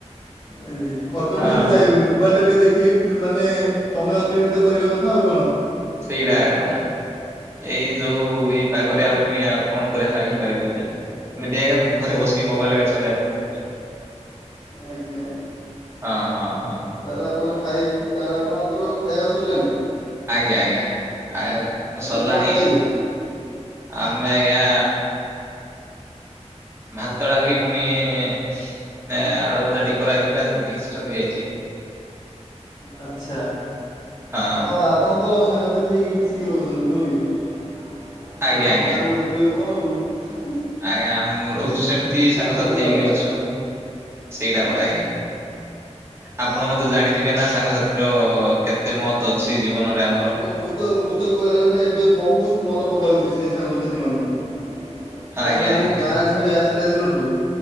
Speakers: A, on the left (about 40°); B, on the right (about 20°).
A: ଏମିତି ଘରେ ତ
B: ହଁ
A: କୁଆଡେ ଯାଇବନି ମୋବାଇଲ ଟା ଟିକେ ଦେଖିକି ଉଁ ମାନେ ସମୟ ଅତିବାହିତ କରିବା କଥା ଆଉ କଣ।
B: ସେଇଟା ଏକା ପରା। ଏଇ ଯୋଉ ଏଇ ପାଗରେ ଆଉ ପୁଣି ଆଉ କଣ କରା ହେଇପାରିବ ଯେ? ଏମିତି ଆଜ୍ଞା ଘରେ ବସିିକି ମୋବାଇଲ ଏକା ଚଲେଇଆ କଥା।
A: ଆଜ୍ଞା।
B: ହଁ ହଁ ହଁ।
A: ତାହେଲେ ଆପଣ ଖାଇ ତାହେଲେ ଆପଣଙ୍କର ଖାଇବା ସରିଲାଣି?
B: ଆଜ୍ଞା ଆଜ୍ଞା ଆଜ୍ଞ
A: ଆଜି
B: ସରିଲାଣି
A: କଣ ଖାଇଲେ
B: ଆମେ ଆଜ୍ଞା ଭାତ, ଡାଲି ପୁଣି ନା ଆଳୁ ଭଜା ଟିକେ କରାହେଇଥିଲା ସେତିକି ସରିଯାଇଛି।
A: ଆଛା
B: ହଁ।
A: ଓ ଆ ଆପଣ ତ ସାଙ୍ଗସାଥି ହେଇକି ମିଶିକି ରହୁଛନ୍ତି ନୁହେଁ କି
B: ଆଜ୍ଞା
A: ପୁରା
B: ଆଜ୍ଞା
A: ମଜାରେ ରହୁଥିବେ ବଉଁ।
B: ଆଜ୍ଞା ଆମ ରହୁଛୁ ସେମିତି ସାଙ୍ଗସାଥି
A: ମଜା
B: ହେଇକି
A: ଅଲଗା।
B: ଅଛୁ ସେଇଟା ପରେ ଆଜ୍ଞା। ଆପଣ ମତେ ଜାଣିଥିବେ ନା ସାଙ୍ଗସାଥିର କେତେ ମହତ୍ୱ ଅଛି ଜୀବନରେ ଆମ
A: ଆଜ୍ଞା ମୁଁ ତ ମୁଁ ତ କହିଲା ଲେଖା ଏବେ ବହୁତ ମନେ ପକାଉଛି ସେ ସାଙ୍ଗସାଥି ମାନଙ୍କୁ କାହିଁକି
B: ଆଜ୍ଞା
A: ନା
B: ଆଜ୍ଞା
A: ମୁଁ ଗାଁ ଛାଡି ଆସି- ଲା ଦିନଠୁ